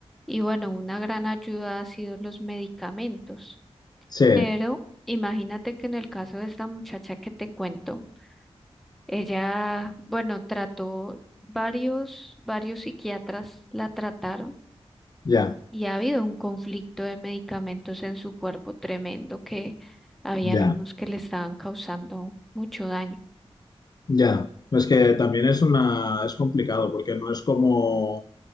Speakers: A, in the centre; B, on the left.
A: y bueno, una gran ayuda ha sido los medicamentos.
B: Sí,
A: Pero imagínate que en el caso de esta muchacha que te cuento, ella, bueno, trató varios, varios psiquiatras la trataron
B: ya,
A: y ha habido un conflicto de medicamentos en su cuerpo tremendo que habían
B: ya.
A: unos que le estaban causando mucho daño.
B: Ya, es que también es una, es complicado porque no es como,